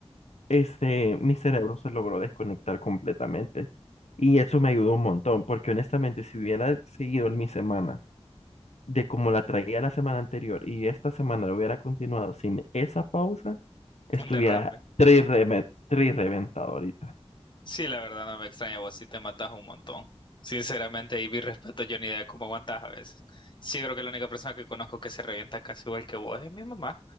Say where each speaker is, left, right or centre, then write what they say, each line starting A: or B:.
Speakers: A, on the left (about 80°); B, on the left (about 45°).
A: este, mi cerebro se logró desconectar completamente. Y eso me ayudó un montón, porque honestamente, si hubiera seguido en mi semana de como la traía la semana anterior y esta semana lo hubiera continuado sin esa pausa, estuviera
B: un derrame.
A: tri reme- tri reventado ahorita.
B: Sí, la verdad no me extraña, vos sí te matas un montón. Sinceramente, y mi respeto, yo ni idea de cómo aguantas a veces. Sí, creo que la única persona que conozco que se revienta casi igual que vos es mi mamá,